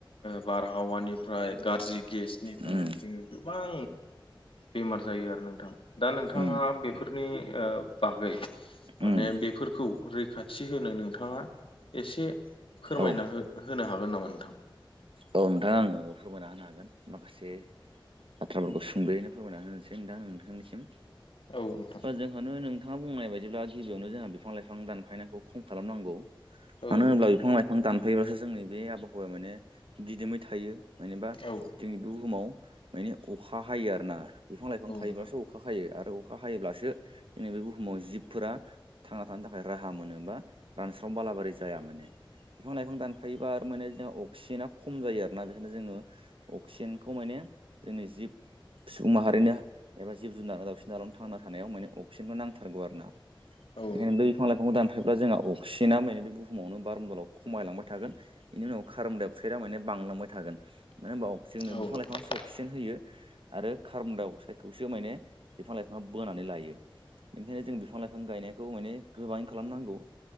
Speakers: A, on the left; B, on the right.
A: बारहावानिफ्राय गाज्रि गेसनिफ्राय
B: उम
A: जोङो गोबां। बेमार जायो आरो नोंथां दा नोंथाङा
B: उम
A: बेफोरनि बागै
B: उम
A: माने बे। बेफोरखौ रैखाथि होनो नोंथाङा एसे फोरमायना
B: औ
A: होनो हागोन नामा नोंथ।
B: औ नोंथाङा आङो फोरमायना होनो हागोन माखासे। एसे बाथ्राफोरखौ सुंद'यैनो फोरमायना होनोसै नोंथां नोंथांनिसिम।
A: औ नोंथां
B: बा जोंहानो नों। नोंथाङा बुंनाय बायदिब्ला गिबियावनो जोंहा बिफां लाइफां दानफायनायखौ खम खालामनांगौ।
A: औ
B: मानो
A: नोंथां
B: होनोब्ला बिफां लाइफां दानफैब्लाासो जोंनि बे आबहावाया मान दिदोमै थायो मानबा
A: औ
B: जोंनि बुहुमाव माने अखा हायो आरोना बिफां लाइफां थायोब्लाासो
A: नोंथां
B: अखा हायो आरो। अखा हायोब्लासो ज बे बुहुमाव जिबफोरा थांना थानो थाखाय राहा मोनो बा रानस्राव। बालाबारि जाया माने बिफां लाइफां दानफायोबा आरो माने जोंआ अक्सिजेना। खम जायो आरोना बेखायनो जोङो अक्सिजेनखौ माने जोंनि जिब। सुबुं माहारिनो एबा जिब जुनार दावउसिन दावलानो थांना थानायाव माने अक्सिजेनखौ नांथारगौ आरो ना।
A: औ नोंथां औ
B: बेखाइनो बै बिफां लाइफांखौ दान। थब्ला जोंहा अक्सिजेना माने बे बुहुमावनो बारम दलाव खमायलांबाय थागोन बेनि उनाव खारमदायाव। अक्सडा माने बांलांबाय थागोन मानो होनबा अ जोंनो
A: नोंथां
B: बिफां लाइफांआसो अक्सिजेन होयो। आरो कार्बन डाइ अक्साइदखौसो माने बिफां लाइफाङा बोनानै लायो बेनिखायनो जों बिफां लाइफां। बिफां गायनायखौ माने गोबाङै खालामनांगौ।